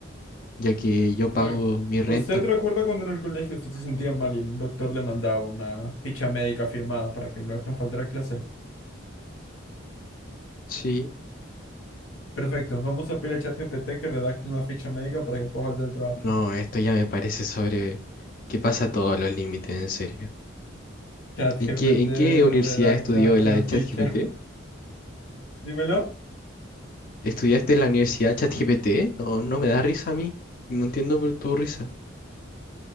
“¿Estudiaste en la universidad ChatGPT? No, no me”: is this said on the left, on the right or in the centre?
Left